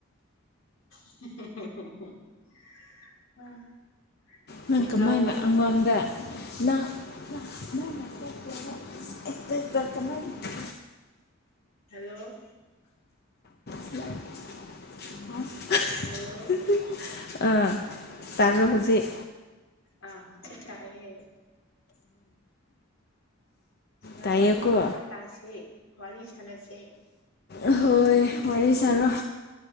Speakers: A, on the left (about 80°); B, on the left (about 50°).
A: <unintelligible>
B: ꯅꯪ ꯀꯃꯥꯏꯅ
A: ꯂꯥꯎꯕꯤ
B: ꯑꯉꯣꯟꯗ ꯅꯪ <unintelligible> <unintelligible>
A: ꯍꯜꯂꯣ
B: <unintelligible>
A: ꯍꯜꯂꯣ
B: ꯑꯥ ꯇꯥꯕ꯭ꯔꯣ ꯍꯧꯖꯤꯛ
A: ꯑꯥ ꯍꯧꯖꯤꯛ ꯇꯥꯏꯌꯦ ꯁꯤꯅ
B: ꯇꯥꯏꯌꯦꯀꯣ
A: ꯋꯥꯔꯤ ꯃꯈꯥ ꯇꯥꯁꯦ ꯋꯥꯔꯤ ꯁꯥꯟꯅꯁꯦ
B: ꯑꯍꯣꯏ ꯋꯥꯔꯤ ꯁꯥꯔꯣ